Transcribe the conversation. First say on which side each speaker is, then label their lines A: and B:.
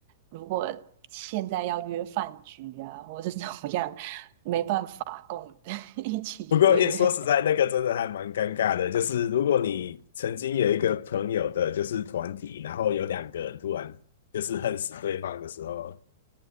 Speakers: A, on the right; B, on the left.
A: 如果现在要约饭局啊，或是怎么样，没办法共 <laughs> 一起约。
B: 不过也说实在，那个真的还蛮尴尬的。就是如果你曾经有一个朋友的，就是团体，然后有两个人突然就是恨死对方的时候，